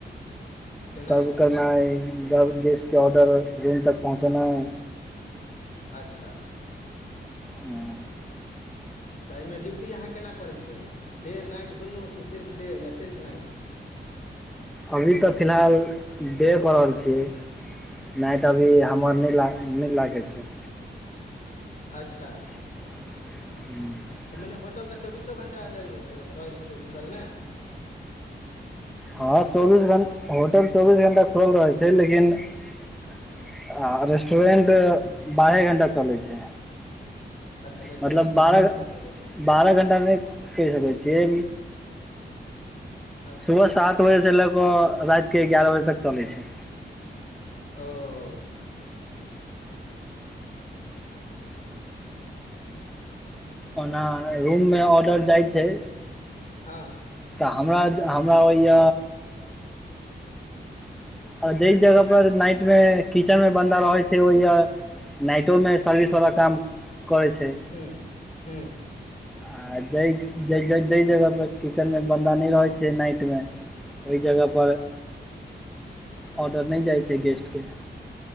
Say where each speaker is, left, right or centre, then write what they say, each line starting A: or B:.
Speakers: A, on the left; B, in the centre.
A: देनाइ
B: सर्व करनाइ गेस्टके ऑर्डर रूम तक पहुँचेनाइ
A: अच्छा
B: हूंम्म
A: तऽ एहिमे ड्यूटी अहाँ केना करै छियै डे नाइट दुनू कि सिर्फ डे या सिर्फ नाइट
B: अभी तऽ फिलहाल डे प रहल छियै नाइट अभी हमर नै लाग नै लागै छै
A: अच्छा
B: हूंम्म
A: त मने होटल तऽ चौबीसो घंटा लेल रहैत होेतै खुलल ने
B: हँ चौबीस घंटा होटल चौबीस घंटा खुलल रहै छै लेकिन आ रेस्टोरेंट बारहे घंटा चलै छै
A: अच्छा रेस्टोरेंट
B: मतलब
A: बारहे
B: बारह
A: घंटा चलै छै
B: बारह घंटामे कहि सकै छीयै
A: अच्छा
B: सुबह सात सात बजे से ले कऽ रात के एगारह बजे तक चले छै
A: ओ
B: ओना रूम मे ऑर्डर जाइ छै
A: हँ
B: तऽ हमरा हमरा होइय
A: ह <inaudible>
B: आ जेहि जगह पर नाइट मे किचेन मे बन्दा रहै छै ओईय नाइटो में सर्विस वाला काम करै छै
A: हें हें
B: आ जहि जै जै जगह पर किचन मे बन्दा नै रहै छै नाइट मे ओई
A: हूँ
B: जगह पर ऑर्डर नै जाइ छै गेस्ट के